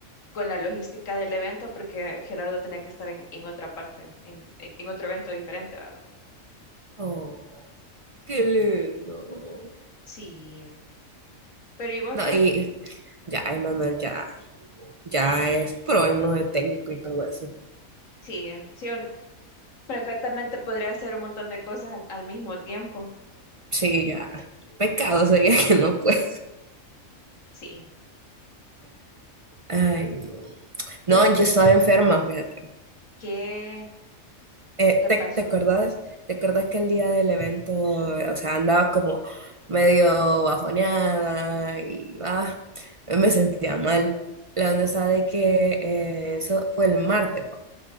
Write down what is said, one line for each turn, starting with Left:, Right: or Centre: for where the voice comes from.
Left: con la logística del evento porque Gerardo tenía que estar en, en otra parte, en, en- en otro evento diferente, ¿va?
Right: Oh, qué lindo.
Left: Sí. Pero ¿y vos
Right: No,
Left: qué?
Right: y ya, Emanuel ya, ya es pro en lo de técnico y todo eso.
Left: Sí, sí, un- perfectamente podría hacer un montón de cosas al, al mismo tiempo.
Right: Sí, ya. Pecado sería que no pueda.
Left: Sí.
Right: Ay, no.
Left: Pero,
Right: No, yo estaba enferma, fíjate.
Left: ¿qué,
Right: Eh,
Left: qué te
Right: ¿te,
Left: pasó?
Right: te acuerdas? ¿Te acuerdas que el día del evento, eh, o sea, andaba como medio bajoneada y va, me sentía mal. La onda está de que eh, eso fue el martes, pa.